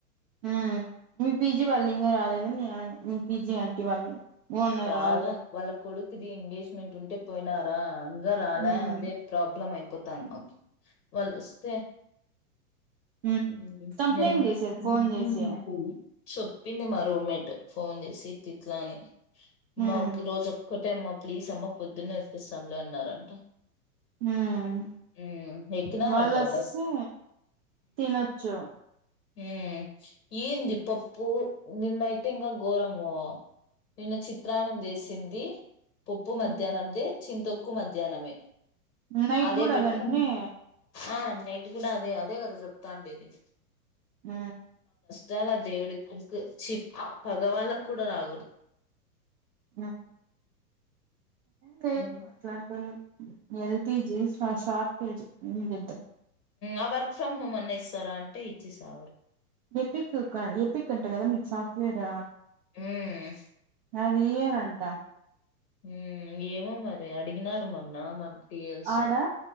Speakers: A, on the right (about 40°); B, on the left (about 80°).
A: మ్మ్ మీ పీజీ వాళ్ళు ఇంకా రాలేదు మీ మీ పీజీ ఆంటీ వాళ్ళు. ఓనర్
B: రాల
A: వాళ్ళు
B: వాళ్ళ కొడుకుది ఎంగేజ్మెంట్ ఉంటె పోయినారా ఇంక రాలా
A: మ్
B: అదే ప్రాబ్లం అయిపోతంది మాకి వాళ్లోస్తే
A: మ్
B: <unintelligible>
A: కంప్లైంట్ చేసేది ఫోన్ చేసి
B: చెప్పింది మా రూమ్మేట్ ఫోన్ చేసి ఇట్లిట్ల అని
A: మ్
B: మా ఈ రోజు ఒకటే అమ్మా ప్లీస్ అమ్మ పొద్దున్న ఒప్పిస్తాం అన్నారంట
A: మ్
B: ఉమ్ ఎక్కినారంట
A: వాల్ వొస్తే
B: బస్
A: తినచ్చు
B: మ్ ఏంది పప్పు నిన్నయితే ఇంక గోరము నిన్న చిత్రాన్నం చేసింది పప్పు
A: మ్
B: మధ్యాహ్నదే చింతొక్కు మధ్యాహ్నమే
A: నైట్
B: అదే
A: కూడా
B: పెట్టు
A: అదంట్నే
B: ఆ నైట్ కూడా అదే అదే కదా చెప్తాండేది
A: మ్
B: చాలా దేవుడికి ఇప్ చిప్ పగవాళ్ళకు కూడా రాకూడదు
A: ఏం లేదు
B: మ్మ్
A: అట్లాంటోలకి పిజీ షా షార్ట్ పేజ్ ఏం చేద్దాం
B: ఆ వర్క్ ఫ్రమ్ హోమ్ అన్న ఇస్తారా అంటే ఇచ్చి సావరు
A: ఎపిక్ ఎపిక్ అంట కదా మీకు సాఫ్ట్వేర్
B: ఊ మ్
A: అది ఇయరంట
B: హు ఏమో మరి అడిగినారు మొన్న మన పిఎల్స్
A: ఆడా